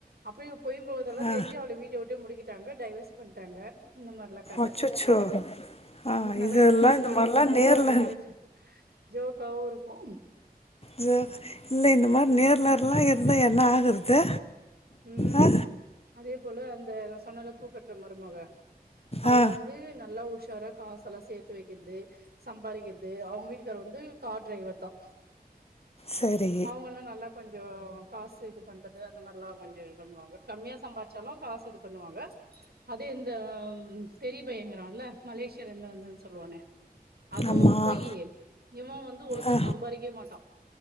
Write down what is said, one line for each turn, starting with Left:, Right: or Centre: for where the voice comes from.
Right: அப்டியே இவ பொய் புழுவரதெல்லா
Left: ஆ
Right: தெரிஞ்சு அவள வீட் ட்டா விட்டே முடிக்கிட்டாங்க டைவர்ஸ் பண்ட்டாங்க இந்த மாரிலா கத
Left: அச்சோ ஆ
Right: நல்லா
Left: இதெல்லாம்
Right: இன்ட்ரெஸ்ட்டா
Left: இந்த
Right: இருக்கு
Left: மாதிரிலாம்
Right: கத
Left: நேரில்
Right: பாக்கதுக்கு ஜோக்காவு இருக்கு
Left: ஜ இல்ல இந்த மாரி
Right: ம்
Left: நேர்லர்லா இருந்தா என்ன ஆகுறது
Right: ம்
Left: ஆ
Right: அதே போல அந்த நா சொன்னேல பூக்கட்டற மருமக அவ
Left: ஆ
Right: வந்து நல்லா உஷாராக் காசல்லா சேத்து வைக்கிறது சம்பாரிக்கிறது அவுங்க வீட்டுக்கார் வந்து கார் டிரைவர் தா
Left: சரி
Right: அவுங்கல்லா நல்லா கொஞ்சோ காசு இது பண்றது அந்த மாரிலா கொஞ்ச பண்ணுவாங்க கம்மியா சம்பாச்சாலு காசு இது பண்ணுவாங்க அதே இந்த பெரிய பைய இருக்கரன்ல்ல மலேசியல இருந்து வந்துன்னு சொல்லுவானே அதுவும்
Left: ஆமாம்
Right: பொய்யி இவ வந்து ஒழுங்க
Left: ஆ
Right: சம்பாரிக்கவே மாட்டா